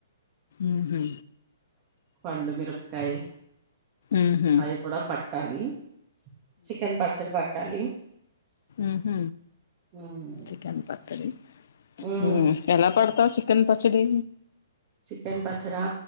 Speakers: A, on the left; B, on the right.
A: ఉహు
B: పండుమిరపకాయి
A: ఉహు
B: అవి కూడా పట్టాలి చికెన్ పచ్చడి పెట్టాలి
A: ఉహ్
B: ఉమ్
A: చికెన్ ప అరి <unintelligible>
B: ఉమ్,
A: ఉ ఎలా పెడతావ్ చికెన్ పచ్చడి
B: చికెన్ పచ్చడా